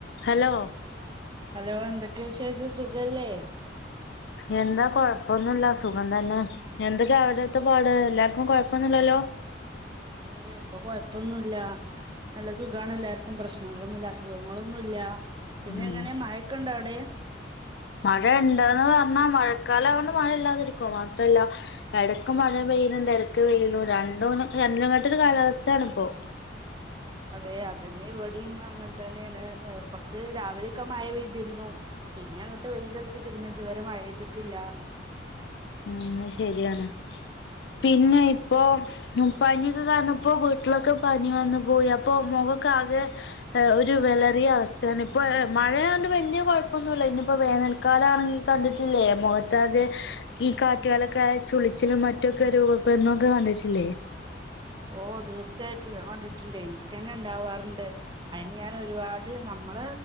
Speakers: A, on the left; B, on the right.
A: Hello
B: hello എന്തൊക്കെ വിശേഷം സുഖല്ലേ
A: എന്താ കൊഴപ്പൊന്നുമില്ല സുഖം തന്നെ എന്തൊക്കെയ അവടെത്തെ പാട് എല്ലാർക്കും കൊഴപ്പൊന്നുല്ലല്ലോ
B: ഏ ഇപ്പൊ കൊഴപ്പൊന്നുല്ല നല്ല സുഖാണ് എല്ലാർക്കും പ്രശ്നങ്ങളൊന്നുല്ല അസുഖങ്ങളൊന്നുല്ല പിന്നെ
A: ഉം
B: എങ്ങനെ മയൊക്കണ്ട അവിടെ
A: മഴ ഉണ്ടന്ന് പറഞ്ഞാ മഴക്കാലം ആണ്ട് മഴ ഇല്ലാതിരിക്കൊ മാത്രല്ല എടക്ക് മഴ പെയ്യുന്നുണ്ട് എടക്ക് പെയ്യുന്നു രണ്ടും രണ്ടുംങ്ങാട്ട ഒരു കാലാവസ്ഥാണ ഇപ്പോ
B: അതെ അതന്നെ ഇവിടെയും അങ്ങനെ തന്നെണ് കുറച്ച് രാവിലൊക്കെ മഴ പെയ്തിരുന്നു പിന്നെ അങ്ങോട്ട് വെയിലളിച്ചിട്ട് പിന്നെ ഇതുവരെ മഴ ചെയ്തിട്ടില്ല
A: ഉം ശരിയാണ് പിന്നെ ഇപ്പോ പനിയൊക്കെ കാരണപ്പോ വീട്ടിലൊക്കെ പനി വന്നു പോയി അപ്പൊ മുഖക്കാകെ ഒരു വളറിയ അവസ്ഥയാണ് ഇപ്പൊ മഴയണ്ട് വലിയ കൊഴപ്പൊന്നുമല്ല ഇനിപ്പോ വേനൽക്കാലം ആണങ്ങി കണ്ടിട്ടില്ലേ മുഖത്താകെ ഈ കാറ്റുകാലൊക്കെ ചുളിച്ചിലും മറ്റൊക്കെ രൂപപ്പെടുന്ന ഒക്കെ കണ്ടിട്ടില്ലേ
B: ഓ തീർച്ചയായിട്ടും ഞാൻ കണ്ടിട്ടുണ്ട് എനിക്ക് തന്നെ ഇണ്ടാവാറുണ്ട് അതിന് ഞാൻ ഒരുപാട് നമ്മള